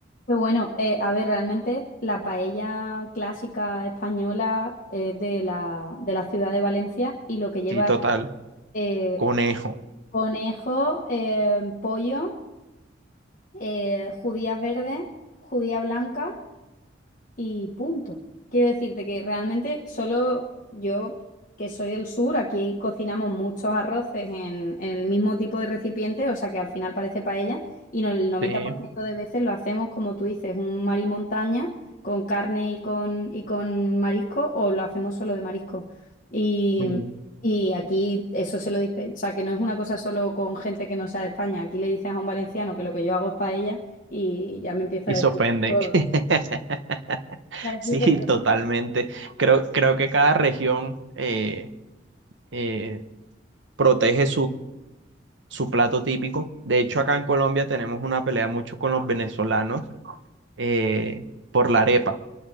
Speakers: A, on the left; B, on the right.
A: Qué bueno, eh, a ver, realmente la paella clásica española es de la, de la ciudad de Valencia y lo que lleva
B: Sí, total.
A: es eh,
B: Conejo.
A: conejo, eh, pollo, eh, judía verde, judía blanca y punto. Quiero decirte que realmente solo yo, que soy del sur, aquí cocinamos muchos arroces en, en el mismo tipo de recipiente, o sea que al final parece paella, y no, el noventa
B: Sí.
A: por ciento de veces lo hacemos, como tú dices, un mar y montaña con carne y con, y con marisco, o lo hacemos solo de marisco. Y,
B: mm,
A: y aquí eso se lo dice, o sea que no es una cosa solo con gente que no sea de España, aquí le dices a un valenciano que lo que yo hago es paella y ya me empieza
B: Y
A: a decir
B: se ofenden.
A: todo.
B: <laughs>
A: <laughs>
B: Sí, totalmente. Creo, creo que cada región eh, eh, protege su plato típico. De hecho, acá en Colombia tenemos una pelea mucho con los venezolanos eh, por la arepa,